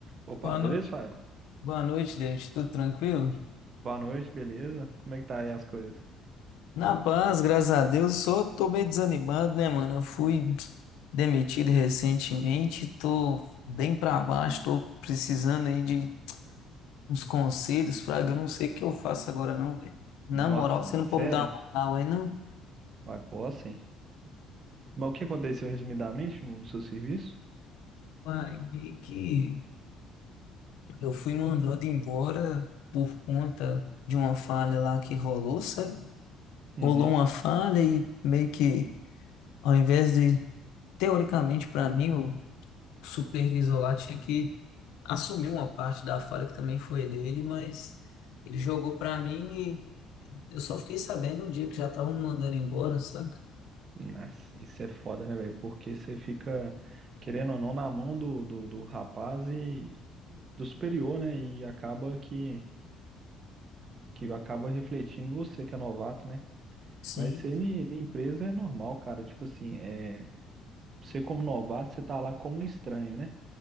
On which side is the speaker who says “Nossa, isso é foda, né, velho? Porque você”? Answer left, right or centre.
Right